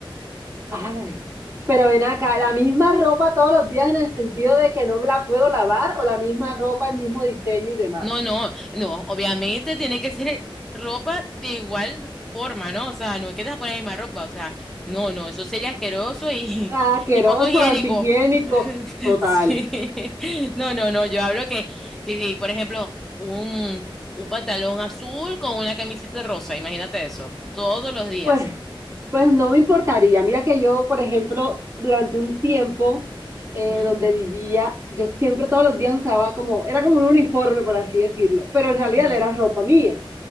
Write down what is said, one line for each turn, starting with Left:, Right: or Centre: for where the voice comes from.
Right: Ay, pero ven acá, ¿la misma ropa todos los días en el sentido de que no me la puedo lavar o la misma ropa, el mismo diseño y demás?
Centre: No, no, no, obviamente tiene que ser ropa de igual forma, ¿no? O sea, no es que te vas a poner la misma ropa, o sea, no, no, eso sería asqueroso y,
Right: Ah,
Centre: <laughs>
Right: asqueroso,
Centre: y poco higiénico.
Right: antihigiénico,
Centre: <laughs>
Right: total.
Centre: Sí. No, no, no, yo hablo que, sí, sí, por ejemplo, un, un pantalón azul con una camiseta rosa, imagínate eso, todos los días.
Right: Pues, pues no me importaría. Mira que yo, por ejemplo, durante un tiempo eh,
Centre: Ujú,
Right: donde vivía, yo siempre todos los días usaba como, era como un uniforme, por así decirlo, pero en realidad
Centre: ujú,
Right: era ropa mía.